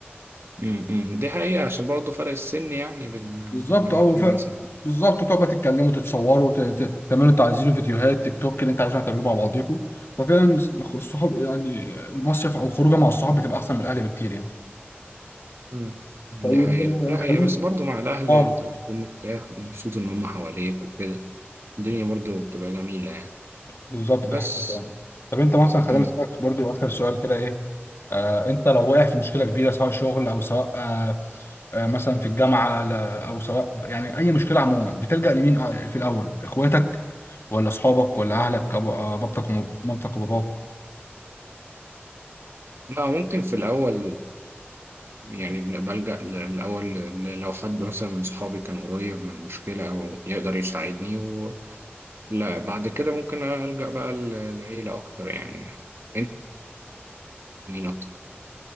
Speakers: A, on the right; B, on the left.
A: مم. دي حقيقة عشان برضه فرق السن يعني بين
B: بالظبط
A: ممكن
B: اه ف...
A: مثلا
B: بالظبط تقعدوا بقى تتكلموا تتصوروا ت- ت- تعملوا انتوا عايزينه فيديوهات تيك توك اللي انت عايزينه هتعملوه مع بعضيكم ففعلا الصحاب يعني المصيف او خروجه مع الصحاب بتبقى احسن من الاهل بكتير يعني
A: مم. دي
B: طيب
A: حقيقة
B: آه،
A: دي
B: خلينا
A: حقيقة بس برضه مع الأهل
B: اه
A: أنت بتكون مرتاح ومبسوط إن هم حواليك وكده الدنيا برضه بتبقى جميلة يعني
B: بالظبط
A: بس
B: ده حقيقي يعني طب انت مثلا خلينا
A: مم.
B: نسالك برضو اخر سؤال كده ايه آه انت لو واقع في مشكله كبيره سواء شغل او سواء آه آه مثلا في الجامعه لا- او سواء يعني اي مشكله عموما بتلجأ لمين آه، في الاول اخواتك ولا اصحابك ولا اهلك أبو- آه، بابتك ومامتك وباباك
A: لا ممكن في الأول يعني بن- بلجأ ل- الأول ل- لو حد مثلا من صحابي كان قريب من مشكلة أو يقدر يساعدني و... لا بعد كده ممكن ألجأ بقى ل- لعيلة أكتر يعني أنت مين أكتر؟